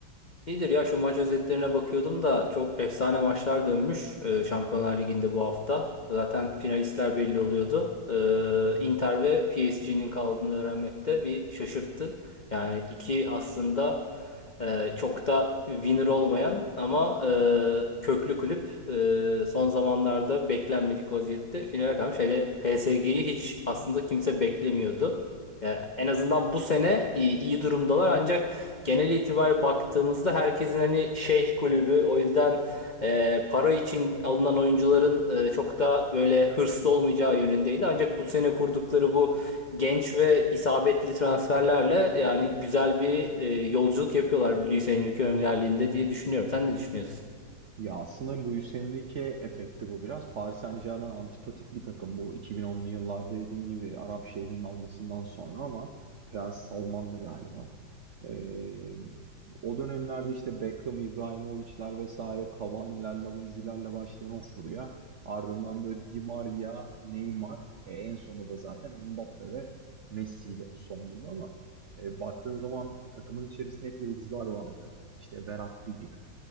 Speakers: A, on the left (about 60°); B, on the right (about 60°).
A: İyidir ya şu maç özetlerine bakıyordum da çok efsane maçlar dönmüş e, Şampiyonlar Ligi'nde bu hafta. Zaten finalistler belli oluyordu. E, Inter ve PSG'nin kaldığını öğrenmek de bir şaşırttı. Yani iki aslında e, çok da winner olmayan ama e, köklü kulüp e, son zamanlarda beklenmedik vaziyette finale kalmış. Hele PSG'yi hiç aslında kimse beklemiyordu. Ya en azından bu sene iyi, iyi durumdalar ancak genel itibariyle baktığımızda herkesin hani şeyh kulübü o yüzden e, para için alınan oyuncuların e, çok da böyle hırslı olmayacağı yönündeydi. Ancak bu sene kurdukları bu genç ve isabetli transferlerle yani güzel bir e, yolculuk yapıyorlar Luis Enrique önderliğinde diye düşünüyorum. Sen ne düşünüyorsun?
B: Ya aslında Luis Enrique efekti bu biraz. Paris Saint-Germain antipatik bir takım bu 2010'lu yıllarda dediğin gibi Arap Şeyh'inin almasından sonra ama Prens Salman'dı galiba. Ee, o dönemlerde işte Beckham, İbrahimovic'ler vesaire Cavani'ler, Lavezzi'lerle başlayan o furya. Ardından böyle Di Maria, Neymar, e, en sonunda da zaten Mbappe ve Messi ile son buldu ama e, baktığın zaman takımın içerisinde hep yıldızlar vardı. İşte Verratti gibi